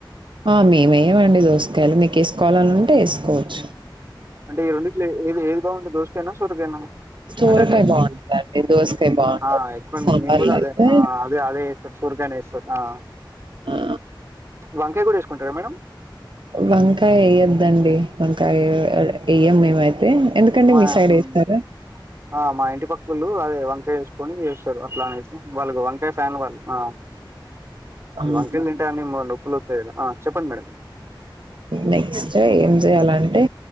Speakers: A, on the right; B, on the right.
A: ఆ మేము ఎయ్యమండి దోసుకాయలు మీకు వేసుకోవాలని ఉంటే వేసుకోవచ్చు
B: అంటే ఈ రెండింటిలో ఏది ఏది బావుంటే దోషకైనా సొరకాయినా
A: సోరకాయ
B: అంటే నేను
A: బావుంటదండి. దోసకాయ బావుండదు.
B: ఆ ఎక్కువండి
A: సాంబార్‌లో
B: మేము కూడా అదే
A: అయితే
B: అదే అదే <unintelligible> సొరకాయనే వేస్తాం ర్ ఆ
A: ఆ
B: వంకాయ కూడా ఏసుకుంటారా మేడం
A: వంకాయ ఎయ్యొద్దండి వంకాయ ఎ ఎయ్యం మేముయితే ఎందుకండి
B: మా
A: మీ సైడ్
B: హ్మ్.
A: వేస్తారా
B: ఆ మా ఇంటి పకుళ్ళు అదే వంకాయ వేసుకొని చేస్తారు అట్లా అనేసి వాళ్ళు కు వంక కాయ్ ఫ్యాన్ వాళ్ళు ఆ
A: అవును.
B: వంకాయిల్ తింటే అన్ని నొప్పు ప్పులతాయి ఆ చెప్పండి మేడం
A: నెక్సటే ఏం చెయాలంటే